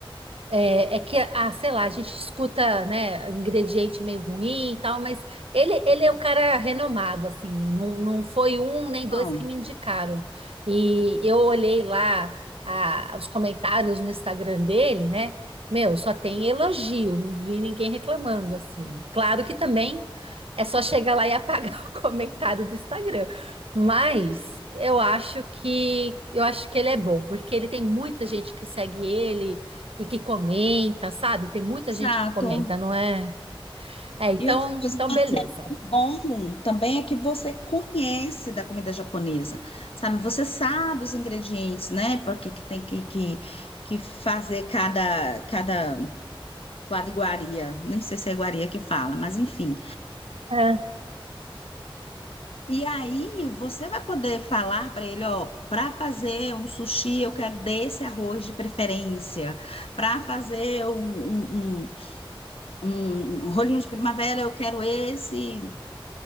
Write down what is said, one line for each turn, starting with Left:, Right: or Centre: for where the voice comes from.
Right: É, é que, ah, sei lá, a gente escuta, né, ingrediente meio ruim e tal, mas ele, ele é um cara renomado, assim, não, não foi um nem dois
Left: Não.
Right: que me indicaram. E eu olhei lá ah, os comentários no Instagram dele, né, meu, só tem elogio, não vi ninguém reclamando, assim. Claro que também é só chegar lá e apagar <laughs> o comentário do Instagram, mas eu acho que eu acho que ele é bom, porque ele tem muita gente que segue ele, e que comenta, sabe? Tem muita
Left: Exato.
Right: gente que comenta, não é? É, então,
Left: E outra coisa,
Right: então
Left: por
Right: beleza.
Left: exemplo, o bom um também é que você conhece da comida japonesa, sabe? Você sabe os ingredientes, né? Porque que tem que, que, que fazer cada, cada quadriguaria. Nem sei se é iguaria que fala, mas enfim.
Right: É,
Left: E aí você vai poder falar para ele, ó, para fazer um sushi eu quero desse arroz de preferência, para fazer um, um, um, um um rolinho de primavera eu quero esse,